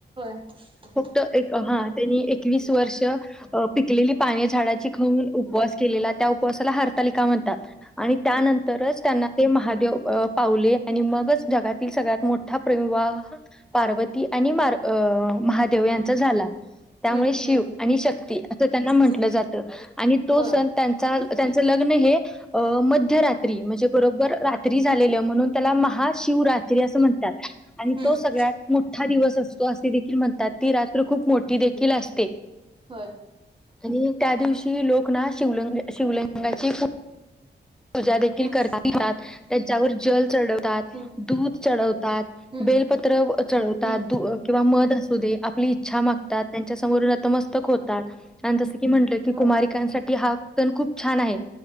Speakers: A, on the right (about 30°); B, in the centre.
A: <inaudible>
B: फक्त एक हा त्यांनी एकवीस वर्ष पिकलेली पाणी झाडाची खाऊन उपवास केली केलेला त्या उपवासाला हरतालिका म्हणतात आणि त्यानंतर
A: हम्म
B: त्यांना महादेव पावले आणि मगच जगातील सगळ्यात मोठ ठा प्रवाह पार्वती आणि
A: हम्म
B: म महादेव यांचा झाला. त्यामुळे
A: हम्म
B: शिव
A: हम्म
B: आणि शक्ती असं त्यांना म्हटलं
A: हम्म
B: जातं आणि तो
A: होय
B: सण
A: हम्म
B: त्यांचा त्यांच लग्न मध्यरात्री म्हणजे बरोबर रात्री झालेला म्हणून त्याला महाशिवरात्री अस म्ह आणि
A: हम्म
B: तो सगळ्यात मोठा दिवस असतो असे देखील म्हणतात ती रात्र खूप मोठी देखील असते.
A: होय
B: आणि त्या दिवशी लोक ना शिवलंग शिवलिंगाची- पूजा देखील
A: हम्म
B: करात त्यांच्यावर जल चढवतात
A: हम्म
B: दूध चढवतात.
A: हम्म
B: बेलपत्र
A: हम्म
B: चढवतात
A: हम्म
B: द किंवा मध असू दे आपली इच्छा मागतात त्यांच्या समोर नतमस्तक होतात
A: हम्म हम्म हम्म
B: जस की म्हलं की
A: होय
B: कुमारिकसाठी हा सण खूप छान आहे